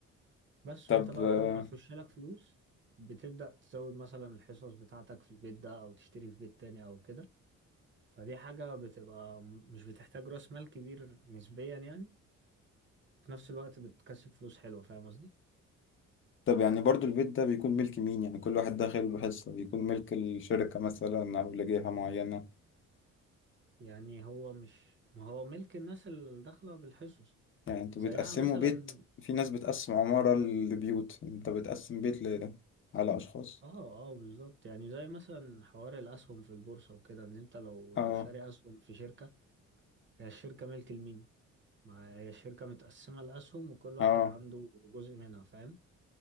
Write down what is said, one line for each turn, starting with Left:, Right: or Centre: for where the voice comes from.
Right: بس
Left: طب
Right: وانت بقى
Left: آه،
Right: كل ما يخش لك فلوس بتبدأ تزود مثلا الحصص بتاعتك في البيت ده او تشتري في بيت تاني او كده فدي حاجة بتبقى م- مش بتحتاج راس مال كبير نسبيا يعني في نفس الوقت بتكسب فلوس حلوة فاهم قصدي
Left: طب يعني برضو البيت ده بيكون ملك مين يعني كل واحد داخل بحصة بيكون ملك الشركة مثلا او لجهة معينة
Right: يعني هو مش ما هو ملك الناس اللي داخلة بالحصص
Left: يعني انتوا
Right: زيها
Left: بتقسموا
Right: مثلا
Left: بيت في ناس بتقسم عمارة لبيوت انت بتقسم بيت ل... على اشخاص
Right: اه اه بالظبط يعني زي مثلا حوار الاسهم في البورصة وكده ان انت لو
Left: اه
Right: لو شاري اسهم في شركة هي الشركة ملك لمين ما هي الشركة متقسمة لأسهم وكل
Left: اه
Right: واحد عنده جزء منها فاهم